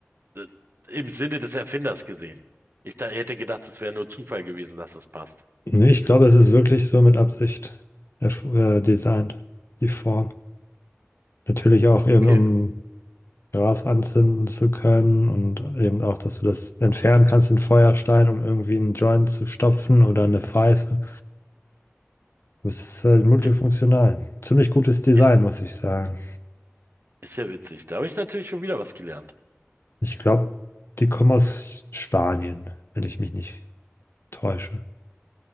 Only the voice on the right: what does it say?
äh, im Sinne des Erfinders gesehen. Ich da, hätte gedacht, das wäre nur Zufall gewesen, dass es passt.
Okay,
ist,
ist,
ist ja witzig. Da habe ich natürlich schon wieder was gelernt.